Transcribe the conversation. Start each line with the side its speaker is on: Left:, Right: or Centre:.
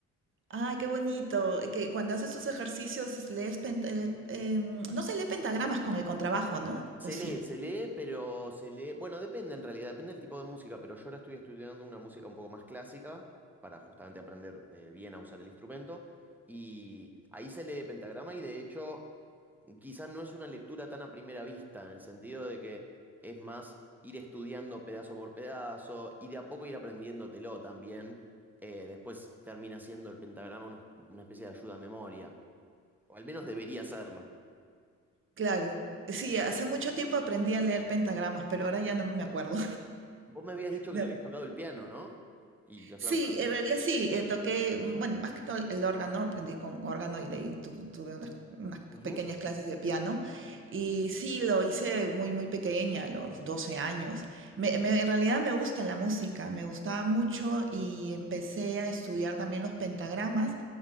Right: Ay, qué bonito. Que cuando haces tus ejercicios es- lees pent- el- em, no se lee pentagramas con el contrabajo, ¿no?
Centre: Se
Right: ¿O sí?
Centre: lee, se lee, pero se lee, bueno, depende en realidad, depende del tipo de música, pero yo ahora estoy estudiando una música un poco más clásica para justamente aprender eh, bien a usar el instrumento y ahí se lee pentagrama y de hecho quizás no es una lectura tan a primera vista, en el sentido de que es más ir estudiando pedazo por pedazo y de a poco ir aprendiéndotelo también. Eh, después termina siendo el pentagrama una, una especie de ayuda a memoria, o al menos debería serlo.
Right: Claro. Sí, hace mucho tiempo aprendí a leer pentagramas, pero ahora ya no me acuerdo.
Centre: Vos me habías dicho
Right: <laughs>
Centre: que te habías tocado el piano, ¿no? Y la flauta.
Right: Sí, en realidad sí, eh, toqué, mm, bueno, más que todo el órgano, aprendí con órgano y de ahí tu- tuve unas, unas
Centre: Ujú,
Right: pequeñas clases de piano y sí, lo hice muy, muy pequeña, a los 12 años. Me- me- en realidad me gusta la música, me gustaba mucho y empecé a estudiar también los pentagramas.